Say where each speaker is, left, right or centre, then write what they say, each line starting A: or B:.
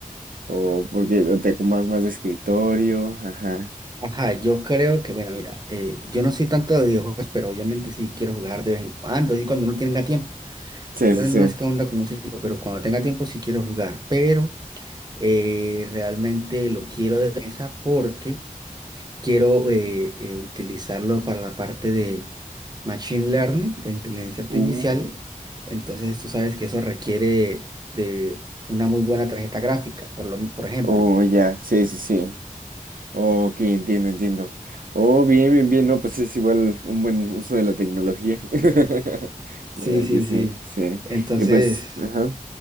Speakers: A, on the right; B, on the right.
A: ¿O porque te acomodas más de escritorio? Ajá.
B: Ajá, yo creo que, bueno, mira, eh, yo no soy tanto de videojuegos, pero obviamente sí quiero jugar de vez en cuando, así cuando no tenga tiempo.
A: Sí,
B: Bueno,
A: sí, sí.
B: no es que onda con mucho tiempo, pero cuando tenga tiempo sí quiero jugar, pero eh, realmente lo quiero de mesa porque quiero eh, eh, utilizarlo para la parte de Machine Learning, de inteligencia artificial.
A: Uh,
B: Entonces tú sabes que eso requiere de una muy buena tarjeta gráfica, por lo, por ejemplo.
A: oh, ya, sí, sí, sí. Ok, entiendo, entiendo. Oh, bien, bien, bien, no, pues es igual un buen uso de la tecnología. <laughs>
B: Sí,
A: ¿Verdad
B: sí,
A: que sí,
B: sí.
A: sí.
B: Entonces
A: Y pues, ajá.